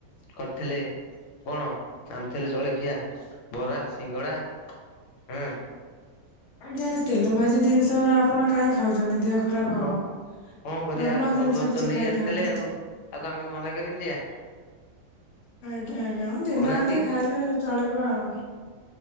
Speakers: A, on the left; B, on the left.
A: କରିଥିଲେ। କଣ ଆଣିଥିଲେ ଜଳଖିଆ ବରା, ସିଙ୍ଗଡା ହୁଁ।
B: ଆଜ୍ଞା ଏ ତେଲ ଭାଜି ଜିନିଷ‌ଓରା ଆପଣ କାହିଁ ଖାଉଚନ୍ତି। ଦେହ ଖରାପ ହବ।
A: ହଁ କଣ କରିବା
B: ନର୍ମାଲ
A: ବନ୍ଧୁ
B: ଜିନିଷ
A: ଘରତ
B: କିଛି
A: ନେଇ
B: ଖାଇଥାନ୍ତେ
A: ଆସିଥିଲେ ଆଉ ଆଉ ଆମେ କଣ ମନା କରିପାରିବା।
B: ଆଜ୍ଞା ହଁ ଦିନେ
A: କହୁନାହାନ୍ତି
B: ଅଧେ ଖାଇଲେ ଚଳିବ ଆଉ।